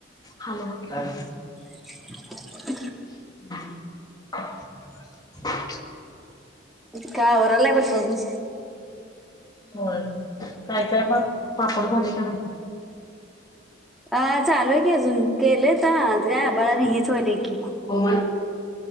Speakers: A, on the left; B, in the centre.
A: Hello hello.
B: <inaudible>
A: <inaudible>
B: काय आवरलाय वाटतं अजुन?
A: होय काय काय मग पापड झाले का नाही?
B: अं चालूय की अजून केलेत <inaudible> बाळानी हेच होयलय की.
A: हो मन